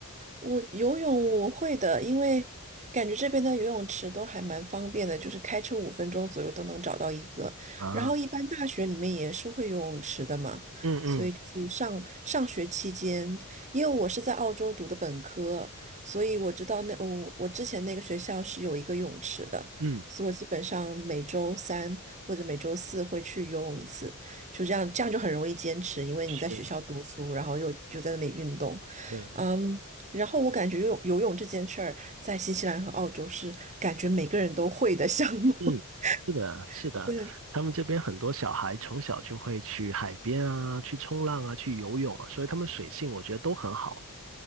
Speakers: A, on the right; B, on the right.
A: 我游泳我会的，因为感觉这边的游泳池都还蛮方便的，就是开车五分钟左右都能找到一个。
B: 啊，
A: 然后一般大学里面也是会游泳池的嘛，
B: 嗯嗯
A: 所以就是上上学期间，因为我是在澳洲读的本科，所以我知道那呃我我之前那个学校是有一个泳池的，
B: 嗯，
A: 所以我基本上每周三或者每周四会去游泳一次，就这样这样就很容易坚持，因为你在学校读书，
B: 是，
A: 然后又就在那里运动。
B: 对
A: 嗯，然后我感觉游泳游泳这件事儿，在新西兰和澳洲是感觉每个人都会的项目。
B: 嗯，
A: <laughs>
B: 是的，是的，
A: 对，
B: 他们这边很多小孩从小就会去海边啊，去冲浪啊，去游泳啊，所以他们水性我觉得都很好。